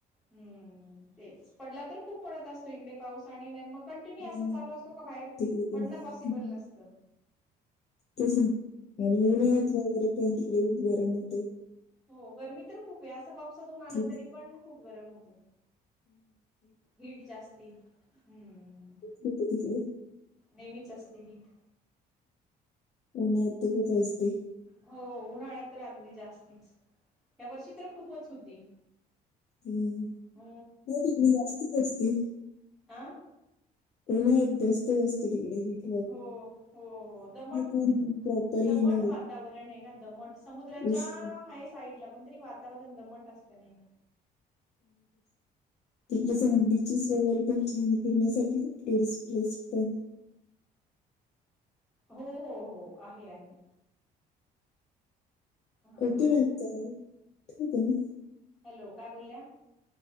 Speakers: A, in the centre; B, on the left.
A: हम्म तेच पडला तर खूप पडत असतो इकडे पाऊस आणि मग कंटिन्यू
B: हम्म,
A: अस चालू असतो का बाहेर
B: तिकडे
A: पडणं
B: पण हम्म.
A: पॉसिबल नसतं.
B: तेच ना आणि
A: हम्म.
B: उन्हाळ्यात वगैरे पण तिकडे गरम होते.
A: हो गरमी तर खूप आहे असं पावसातून आलं
B: खूप
A: तरी पण खूप गरम होतं. हीट जास्ती हम्म.
B: होते तिकडे
A: नेहमीच असते हीट.
B: उन्हाळ्यात तर खुपच असते.
A: हो उन्हाळ्यात तर अगदी जास्तीच या वर्षी तर खूपच होती.
B: हम्म
A: अ
B: नाही तर् जास्तीच असते.
A: आं.
B: उन्हाळ्यात जास्त असत तिकडे हिट.
A: हो हो हो दमट.
B: पण प्रॉपर हे
A: दमट
B: नाही होत
A: वातावरण आहे ना दमट समुद्राच्या
B: उशी
A: आहे साईडला पण तरी वा. वातावरण दमट असतं नाही.
B: तिकडे
A: हम्म
B: सगळे बिचेस वगैरे पण तिकडे फिरण्यासाठी टुरिस्ट प्लेस पण
A: हो हो हो आहे आहे. हा
B: <inaudible>
A: हॅलो काय बोलल्या.